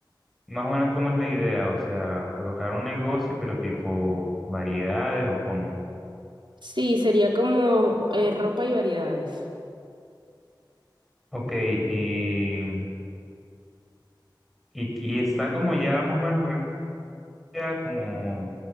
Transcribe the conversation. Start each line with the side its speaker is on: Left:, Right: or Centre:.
Centre: más o menos cómo es la idea, o sea, colocar un negocio, pero tipo variedades o cómo.
Right: Sí, sería como eh, ropa y variedades.
Centre: Ok, y, y, y está como ya más o menos idea? Como,